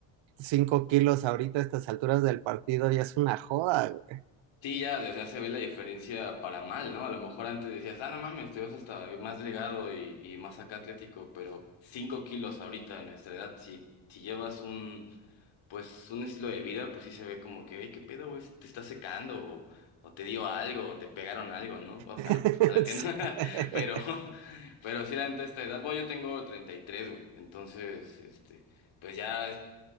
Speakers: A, on the right; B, on the left.
A: cinco kilos ahorita a estas alturas del partido ya es una joda, güey.
B: Sí, ya, o sea, se ve la diferencia para mal, ¿no? A lo mejor antes decías, ah, no mames, te ves hasta más delgado y, y más acá atlético, pero 5 kilos ahorita a nuestra edad, si, si llevas un, pues, un estilo de vida, pues sí se ve como que, hey, qué pedo, güey, te está secando, o, o te dio algo, o te pegaron algo, ¿no?
A: <laughs>
B: Bu- Bueno, ojalá que no, <laughs> pero, pero sí, la neta, esta edad, bueno, yo tengo 33 güey, entonces, este, pues ya